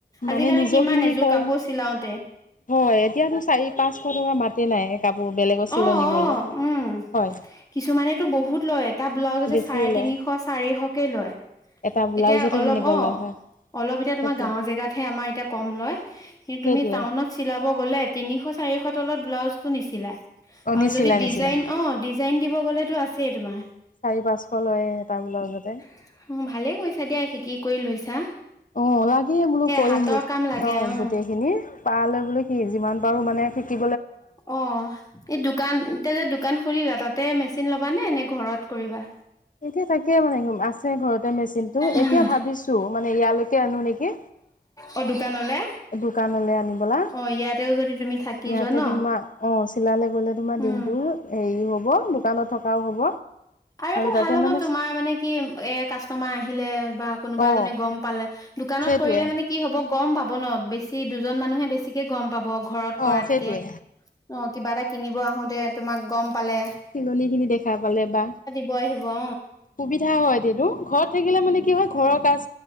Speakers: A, on the left; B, on the left.
A: মানে
B: আজিকালি
A: নিজৰখিনি
B: কিমান এযোৰ
A: কৰোঁ।
B: কাপোৰ চিলাওঁতে
A: হয় এতিয়াতো চাৰি পাঁচশ টকা মাতে নাই। কাপোৰ বেলেগৰ চিলনি
B: অঁ
A: কৰিলে।
B: অঁ উম
A: হয়
B: কিছুমানেতো বহুত লয় এটা ব্লাউজতে
A: বেছিয়ে
B: চাৰে
A: লয়
B: তিনিশ, চাৰিশ কেই লয়।
A: এটা ব্লাউজতে
B: এতিয়া অলপ
A: তেনেকুৱা
B: অ
A: লয় হয়
B: অলপ এতিয়া তোমাৰ
A: তাকে।
B: গাঁওৰ জেগাতহে আমাৰ এতিয়া কম লয়। কিন্তু
A: সেইটোৱে
B: তুমি টাউনত চিলাব গ'লে তিনিশ, চাৰিশ তলত ব্লাউজ নিছিলাই!
A: অ'
B: আৰু
A: নিচিলা
B: যদি ডিজাইন
A: নিচিলা
B: অঁ ডিজাইন দিব। ক গলেতো আছে তোমাৰ
A: চাৰি পাঁচশ লয়। এটা ব্লাউজতে।
B: উ ভালেই কৰিছা দিয়া শিকি কৰি লৈছা।
A: অঁ লাগে বোলো কৰিম
B: হাতৰ কাম লাগে
A: অঁ
B: অ
A: গোটেই খিনি পালে বোলে সি যিমান পাৰো মানে শিকি।
B: অঁ এই দোকান এতিয়া যে দোকান খুলিলা তাতে মেচিন লব নে এনে ঘৰত কৰিবা?
A: এতিয়া তাকে মানে আছে ঘৰতে মেচিন টো এতিয়া
B: উম
A: ভাবিছো মানে ইয়ালৈকে আনো নেকি।
B: অ দোকানলে
A: দোকানলৈ আনিবলা
B: অ ইয়াতেও যদি তুমি থাকি
A: ইয়াতে
B: যোৱা ন
A: তোমাৰ অঁ চিলালে গলে তোমাৰ
B: উম
A: দিনটো হেৰি হ'ব হব দোকানত থকাও হ'ব।
B: আৰু এটা
A: তাতে
B: ভাল হ'ব
A: মানে
B: তোমাৰ মানে কি এ কাষ্টমাৰ আহিলে বা কোনোবা
A: অ
B: এজনে গম পালে দোকানত
A: সেইটোৱে
B: কৰিলে মানে কি হ'ব গম পাব। পাব ন বেছি দুজন মানুহে বেছিকে গম পাব। ঘৰত
A: অ
B: কৰাতকে।
A: সেইটোৱে
B: অঁ কিবা এটা কিনিব আহোতে। তোমাক গম। পালে
A: চিলনিখিনি দেখা পালে বা।
B: ব আহিব অ
A: সুবিধা হয় দিদো ঘৰত থাকিলে মানে কি হয় ঘৰৰ কাজ